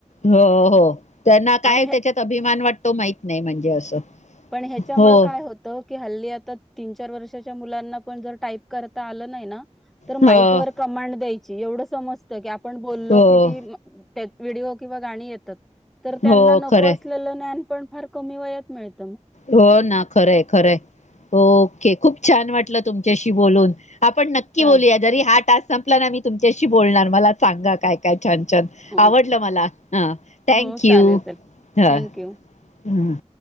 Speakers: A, on the left (about 70°); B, in the centre.
A: हो हो त्यांना काय
B: आणि
A: त्याच्यात अभिमान वाटतो माहित नाही म्हणजे असं
B: पण ह्याच्यामुळे
A: हो
B: काय होतं की हल्ली आता तीन चार वर्षाच्या मुलांना पण जर टाईप करता आलं नाही ना तर
A: हो
B: माईक वर कमांड द्यायची एवढं समजतं की आपण बोललो
A: हो
B: की ती व्हिडिओ किंवा गाणी येतात तर त्यांना
A: हो
B: नको
A: खरंय
B: असलेलं ज्ञान पण फार कमी वयात मिळत
A: हो ना खरंय खरंय ओके खूप छान वाटलं तुमच्याशी बोलून आपण नक्की
B: चालेल
A: बोलूया. जरी हा टास्क संपला ना, मी तुमच्याशी बोलणार मला सांगा काय काय छान छान,
B: ओके
A: आवडलं मला ह थँक
B: हो
A: यू
B: चालेल चालेल
A: ह. हम्म.
B: थँक्यू